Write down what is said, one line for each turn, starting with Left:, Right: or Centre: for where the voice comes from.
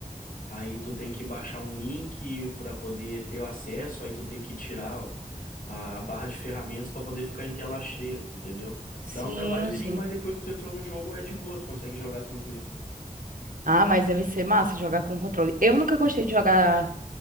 Left: Aí tu tem que baixar um link para poder ter o acesso, aí tu tem que tirar o- a barra de ferramentas para poder ficar em tela cheia, entendeu?
Right: Sim,
Left: Dá um trabalhozinho,
Right: sim.
Left: mas depois que tu entrou no jogo é de boa, tu consegue jogar tranquilo.
Right: Ah, mas deve ser massa jogar com controle. Eu nunca gostei
Left: Sim,
Right: de jogar